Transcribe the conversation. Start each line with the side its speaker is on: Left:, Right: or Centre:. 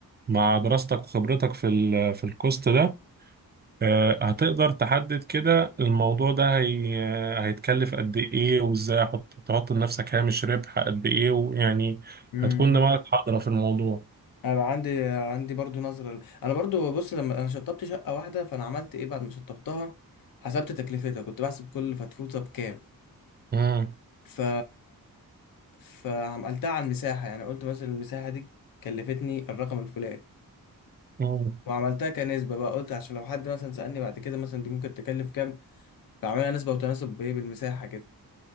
Right: مع دراستك وخبرتك في ال... في الكوست ده آه، هتقدر تحدد كده الموضوع ده هي... آه، هيتكلف قد ايه وازاي هحط تحط لنفسك هامش ربح قد ايه ويعني
Left: امم
Right: هتكون دماغك حاضرة في الموضوع
Left: انا بقى عندي عندي برضو نظرة انا برضو بص لما انا شطبت شقة واحدة فانا عملت ايه بعد ما شطبتها حسبت تكلفتها كنت بحسب كل فتفوتة بكام
Right: مم.
Left: ف فعملتها على المساحة يعني قلت مثلا المساحة دي كلفتني الرقم الفلاني
Right: مم.
Left: وعملتها كنسبة بقى قلت عشان لو حد مثلا سألني بعد كده مثلا دي ممكن تكلف كام فعملها نسبة وتناسب بايه بالمساحة كده